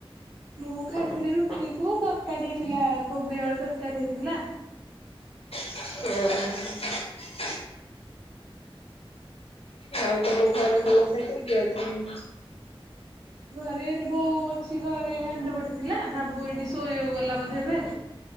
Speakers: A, on the right (about 40°); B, on the left (about 80°).
A: ମୁଁ ଖାଇଥିଲି ରୁଟି କୁ ତରକାରୀ ହେଇଥିଲା କୋବି ଆଳୁ ତରକାରୀ ହେଇଥିଲା।
B: ହୁଁ। ଆଉ ତମ ଘର ସମସ୍ତେ କେମିତି ଅଛନ୍ତି?
A: ଘରେ ଏଠି ବୋଉ ଅଛି ଘରେ ଦାଣ୍ଡ ପଟେ ଥିଲା ବାବୁ ଏଇଠି ଶୋଇବାକୁ ଗଲା ବଧେ ଏବେ।